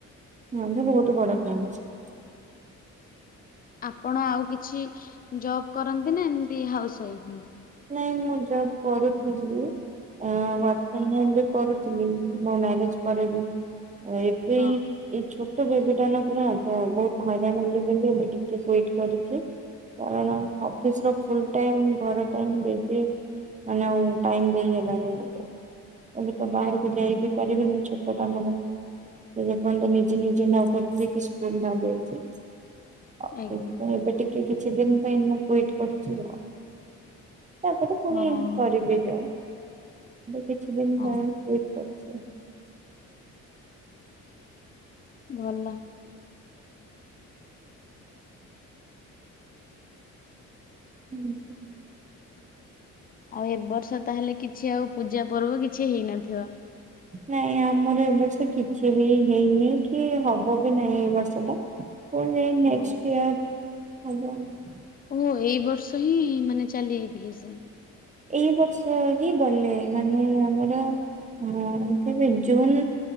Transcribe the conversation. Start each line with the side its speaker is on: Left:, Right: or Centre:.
Right: ମୋର ବି ବହୁତ ବଡ଼ ଫୋନ ଅଛି।
Left: ଆପଣ ଆଉ କିଛି ଜବ୍ କରନ୍ତି ନା ଏମତି ହାଉସ ୱାଇଫ୍?
Right: ନାଇଁ ମୁଁ ଜବ୍ କରୁଥିଲି। ଅ ବର୍ତ୍ତମାନ ବି କରୁଥିଲି ମୋ ମ୍ୟାରେଜ ପରେ ବି। ଆ ଏବେ
Left: ହଁ
Right: ଏଇଠି ଏଇ ଛୋ ଟ ବିଟାନ ପୁରା ତ ବହୁତ ହଇରାଣ ହେଲେ ବୋଲି ଏବେ ଟିରେ ସ୍ବିଟ୍ କରୁଛି। କାରଣ ଅଫିସ ର ଫୁଲ ଟାଇମ୍ ଘର ଟାଇମ୍ ଦେବି, ମାନେ ଆଉ ଟାଇମ ଦେଇ ହେଲାନି ମତେ। ଏବେ ତ ବାହାରକୁ
Left: ଆଜ୍ଞା।
Right: ଯାଇ ବିି ପାରିବିନି ଛୋଟ କାମର। ଲୋକମାନେ ତ ନିଜେ ନିଜେ ନ କରିଛି କି ସ୍କୁଲ ନ ଯାଇକି। ହଉ ସେଇଥିପାଇଁ
Left: ଆଜ୍ଞା
Right: ଏବେ ଟିକେ କିଛି ଦିନ ପାଇଁ ମୁଁ କ୍ବିଟ କରିଛି ଆଉ। ତାପରେ ପୁଣି
Left: ହଁ ହଁ
Right: କରିବି ଜବ୍। ଏବେ କିଛି ଦିନ
Left: ହଁ
Right: ପାଇଁ କ୍ବିଟ୍ କରିଛି।
Left: ଭଲ।
Right: ହୁଁ <inaudible>
Left: ଆଉ ଏ ବର୍ଷ ତାହେଲେ କିଛି ଆଉ ପୂଜା ପର୍ବ କିଛି ହେଇନଥିବ?
Right: ନାଇଁ ଆମର ଏ ବର୍ଷ କିଛି ବି ହେଇନି କି ହବ ବି ନାଇଁ ଏଇ ବର୍ଷ ଟା। ହଉ ହେଇ
Left: ହଁ।
Right: ନେକ୍ସଟ୍ ଇୟର ହବ ଆଉ।
Left: ଓହୋ ଏଇ ବର୍ଷ ହିଁ ମାନେ ଚାଲି ଯାଇଥିଲି ସେ?
Right: ଏଇ ବର୍ଷ ହିଁ ଗଲେ ମାନେ ଆମର ହଁ କେବେ, ଜୁନ୍